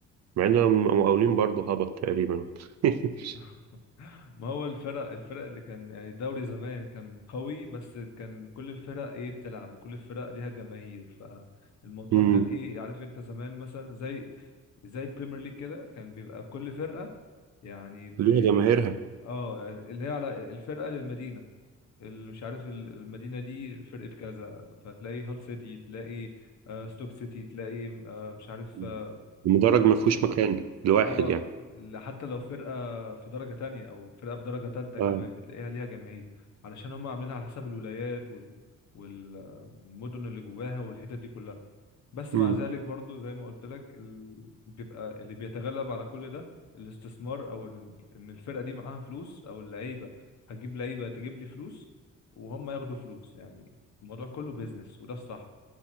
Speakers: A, on the right (about 60°); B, on the left (about 65°).
A: مع ان المقاولين برضه هبط تقريبا <laughs>
B: <laughs> ما هو الفرق الفرق اللي كان يعني الدوري زمان كان قوي بس كان كل الفرق ايه بتلعب وكل الفرق ليها جماهير فالموضوع
A: مم.
B: كان ايه عارف انت زمان مثلا زي زي البريمير ليج كده كان بيبقى كل فرقة يعني ب
A: ليها جماهيرها
B: اه اللي هي على الفرقة للمدينة ال- مش عارف ال- المدينة دي فرقة كذا فتلاقي هال سيتي تلاقي آه ستوك سيتي تلاقي آه مش عارف
A: مم.
B: اه,
A: المدرج
B: آه
A: ما فيهوش مكان لواحد
B: آه،
A: يعني
B: ل- حتى لو فرقة في درجة تانية أو فرقة في درجة تالتة كمان
A: آه.
B: بتلاقيها ليها جماهير علشان هم عاملينها على حسب الولايات وال... وال... والمدن اللي جواها والحتت دي كلها بس
A: مم.
B: مع ذلك برضو زي ما قلت لك ال... بيبقى اللي بيتغلب على كل ده الاستثمار او ال... ان الفرقه دي معاها فلوس او اللعيبه هجيب لعيبه تجيب لي فلوس وهم ياخدوا فلوس يعني الموضوع كله بيزنس وده الصح